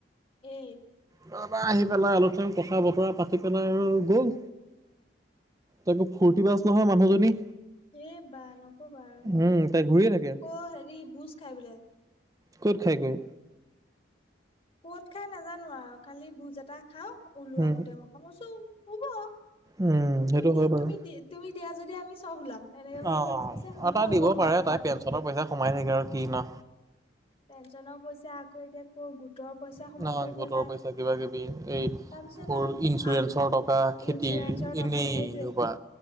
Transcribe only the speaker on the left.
এই
এ বা নকবা আৰু!
ক হেৰি ভোজ খাই বোলে।
কত খাই নাজানো আৰু? খালি ভোজ এটা খাও ওলোৱা
গোটেই মখা, মই বোলো হব।
তুমি
দি
তুমি তুমি দিয়া যদি আমি চব ওলাম এনেকে বুলি
ক'লো! কৈছে হ'ব
হ'ব
মই
দিম,
মই
দিম,
পেঞ্চনৰ পইচা, আকৌ এতিয়া কৌ গোটৰ পইচা
সোমাব এতিয়া
তাই
তাৰপিছত
আৰু
ইঞ্চুৰেঞ্চৰ টকা
সেইটোৱে